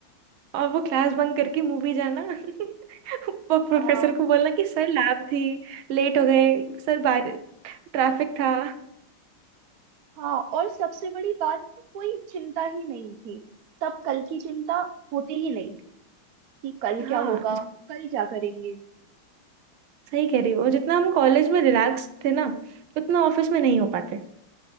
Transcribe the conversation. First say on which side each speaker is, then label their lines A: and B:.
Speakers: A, on the right; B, on the right.
A: और वो क्लास बंक करके मूवी जाना <laughs> वो प्रोफेसर
B: हाँ
A: को बोलना कि सर लैब थी लेट
B: <laughs>
A: हो गए सर बाहर ट्रैफिक था
B: हाँ और सबसे बड़ी बात कि कोई चिंता ही नहीं थी तब कल की चिंता होती ही नहीं थी कि कल
A: <laughs> हाँ
B: क्या होगा कल क्या करेंगे
A: सही कह रही हो और जितना हम कॉलेज में रिलैक्स थे ना उतना ऑफिस में नहीं हो पाते